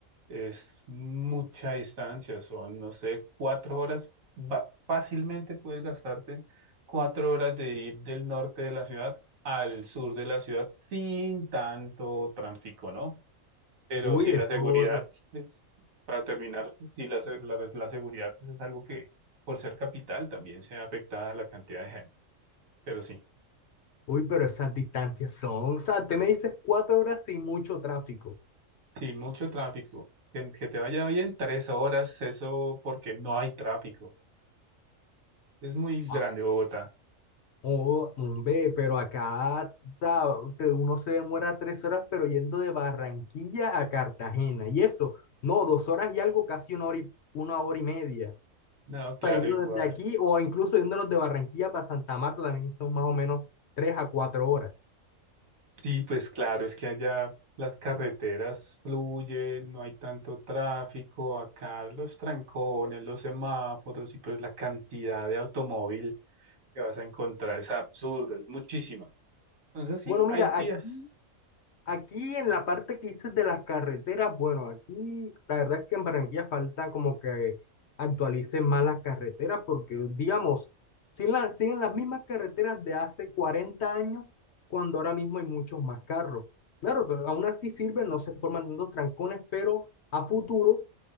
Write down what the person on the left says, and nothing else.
Uy,
eso,
uy, pero esas distancias son, o sea, te me dices cuatro horas sin mucho tráfico.
Ah,
Oh, hombre, pero acá, o sea, te- uno se demora tres horas, pero yendo de Barranquilla a Cartagena. Y eso, no, dos horas y algo, casi una hora y, una hora y media.
sea, yendo
desde aquí o incluso yéndonos de Barranquilla para Santa Marta también son más o menos tres a cuatro horas.
Bueno,
mira,
aquí, aquí en la parte que dices de las carreteras, bueno, aquí la verdad es que en Barranquilla falta como que actualicen más las carreteras porque, digamos, siguen, la- siguen las mismas carreteras de hace cuarenta años cuando ahora mismo hay muchos más carros. Claro, pero aún así sirven, no se forman tantos trancones, pero a futuro